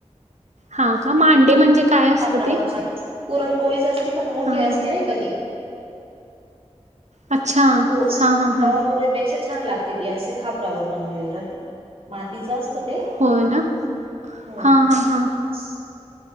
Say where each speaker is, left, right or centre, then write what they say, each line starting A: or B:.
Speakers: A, on the right (about 85°); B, on the right (about 55°).
A: हा का मांडे म्हणजे काय असतं
B: कापरावरछ
A: ते
B: पुरण टोळीच असती पण मोठी
A: हां
B: असती
A: हां
B: नाही कधी
A: अच्छा
B: हो
A: हां हां हां
B: त प ेक्षा छान लागते ती असे खापरावर बनवलेली राहते मातीच असत ते
A: होय ना
B: हो
A: हां हां हां.
B: <unintelligible>